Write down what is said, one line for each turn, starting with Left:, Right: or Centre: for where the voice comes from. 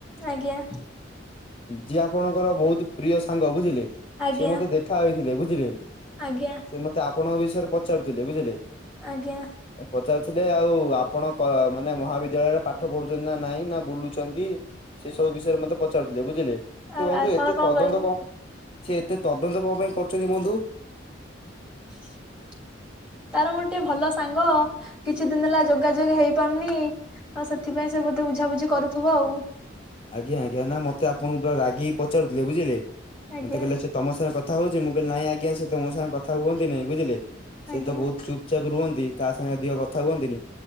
Centre: ଆଜ୍ଞା।
Left: ଯିଏ ଆପଣଙ୍କର ବହୁତ ପ୍ରିୟ ସାଙ୍ଗ ବୁଝିଲେ।
Centre: ଆଜ୍ଞା
Left: ସିଏ ମତେ ଦେଖ ଖା ହୋଇଥିଲେ ବୁଝିଲେ?
Centre: ଆଜ୍ଞା।
Left: ସେ ମତେ ଆପଣଙ୍କ ବିଷୟରେ ପଚାରୁଥିଲେ ବୁଝିଲେ?
Centre: ଆଜ୍ଞା।
Left: ପଚାରୁଥିଲେ। ଆଉ ଆପଣ ମାନେ ମହାବିଦ୍ୟାଳୟରେ ପାଠ ପଢୁଛନ୍ତି ନା ନାଇଁ, ନା ବୁଲୁଛନ୍ତି ସେ ସବୁ ବିଷୟରେ ମତେ ପଚାରୁଥିଲେ ବୁଝିଲେ? ସେ
Centre: ଆଉ
Left: ବନ୍ଧୁ
Centre: ଆପଣ
Left: ଏତେ
Centre: କଣ
Left: ତଦନ୍ତ
Centre: କହିଲେ?
Left: କଣ ପାଇଁ ସେ ଏତେ ତଦନ୍ତ କଣ ପାଇଁ କରୁଛନ୍ତି ବନ୍ଧୁ?
Centre: <inaudible> ତାର ମୋର ଟିକେ ଭଲ ସାଙ୍ଗ। କିଛି ଦିନ ହେଲା ଯୋଗାଯୋଗ ହେଇପାରୁନି? ଆଉ ସେଥିପାଇଁ ସେ ବୋଧେ ବୁଝାବୁଝି କରୁଥିବ ଆଉ
Left: ଆଜ୍ଞା ଆଜ୍ଞା ନା ମତେ ଆପଣ ପୁରା ରାଗିକି ପଚାରୁଥିଲେ ବୁଝିଲେ
Centre: ଆଜ୍ଞା
Left: ମତେ କହିଲେ ସେ ତମ ସାଙ୍ଗେ କଥା ହଉଛି। ମୁଁ କହିଲି ନାଇଁ ଆଜ୍ଞା ସେ ତ ମୋ ସାଙ୍ଗ କଥା ହୁଅନ୍ତି ନାଇଁ ବୁଝିଲେ ସିଏ
Centre: ଆଜ୍ଞା
Left: ତ ବହୁତ ଚୁପ ଚୁପଚାପ ରୁହନ୍ତି। କାହା ସାଙ୍ଗେ ଅଧିକା କଥା ହୁଅନ୍ତିନି।